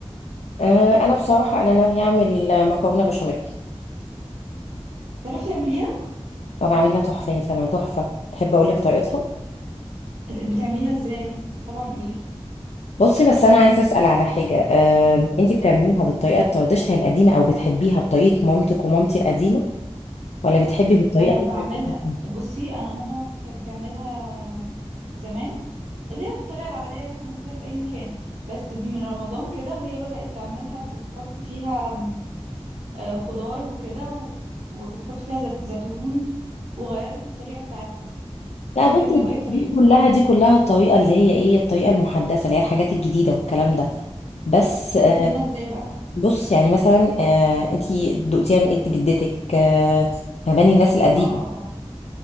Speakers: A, on the left; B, on the right.
A: آه انا بصراحة انا ناوية اعمل مكرونة بشاميل
B: تعرفي تعمليها
A: وبعملها تحفة يا سما تحفة تحب اقولك طريقتها؟
B: بتعمليها ازاي طبعا قولي لي
A: بصي بس انا عايزة اسأل على حاجة آه انتي بتعمليها بالطريقة التراديشنال القديمة او بتحبيها بطريقة مامتك ومامتي القديمة ولا بتحبي
B: <laughs>
A: بالطريقة
B: انا بعملها
A: <laughs>
B: بصي انا ماما كانت بتعملها آم، زمان اللي هي بالطريقه العاديه اللي احنا بناكلها في اي مكان بس من رمضان كده وهي بدأت تعملها بتحط فيها آه، خضار وكده و... وبتحط فيها زت... زيتون وغيرت الطريقة بتاعتها
A: لا
B: انتي
A: بصي
B: بتعمليها بأي طريقة
A: دي كلها دي كلها الطريقة اللي هي ايه الطريقة المحدثة اللي هي الحاجات الجديدة والكلام ده بس
B: بتعمليها
A: آه،
B: ازاي بقى
A: بص يعني مثلا آه انتي دقتيها من ايد جدتك آه فهماني الناس القديم
B: اه اه اه